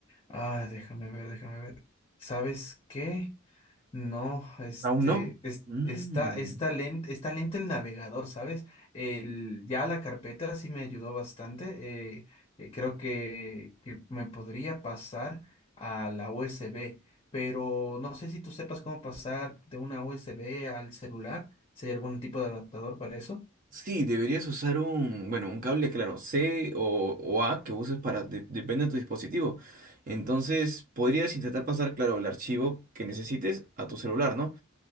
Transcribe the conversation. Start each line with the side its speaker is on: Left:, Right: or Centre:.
Left: Ah, déjame ver, déjame ver. ¿Sabes qué? No, este,
Right: Aún no.
Left: es-
Right: Mm.
Left: está, está lento, está lento el navegador, ¿sabes? El, ya la carpeta sí me ayudó bastante. eh, eh, creo que, que me podría pasar a la USB, pero no sé si tú sepas cómo pasar de una USB al celular. Si hay algún tipo de adaptador para eso.
Right: Sí, deberías usar un, bueno, un cable, claro, C o, o A que uses para, de- depende de tu dispositivo. Entonces, podrías intentar pasar, claro, el archivo que necesites a tu celular, ¿no?